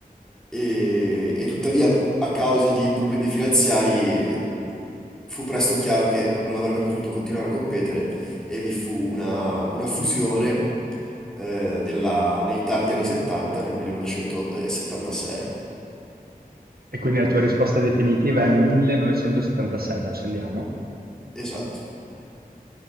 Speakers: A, in the centre; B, on the right.
A: E, e tuttavia, a causa di problemi finanziari fu presto chiaro che non avrebbe potuto continuare a competere e vi fu una, una fusione eh, nella- nei tardi anni 70, nel 1976.
B: E quindi la tua risposta definitiva è 1976, l'accendiamo?
A: Esatto.